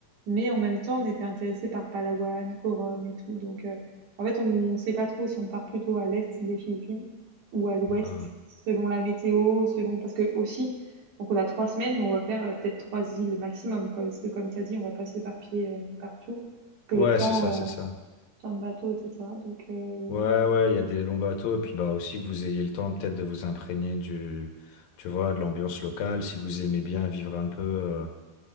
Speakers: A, on the right; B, on the left.
A: Mais en même temps, on était intéressé par Palawan, Coron et tout. Donc, euh, en fait, on ne sait pas trop si on part plutôt à l'est des Philippines ou à l'ouest,
B: Hmm.
A: selon la météo, selon... Parce que aussi, donc on a trois semaines, mais on va faire euh, peut-être trois îles maximum. quoi, Parce que comme tu as dit, on va pas s'éparpiller euh, partout. que
B: Ouais,
A: le temps,
B: c'est ça, c'est ça.
A: euh, plein de bateaux, etc. Donc, euh,
B: Ouais, ouais, il y a des longs bateaux, et puis bah aussi que vous ayez le temps peut-être de vous imprégner du, tu vois, de l'ambiance locale, si vous aimez bien vivre un peu, euh,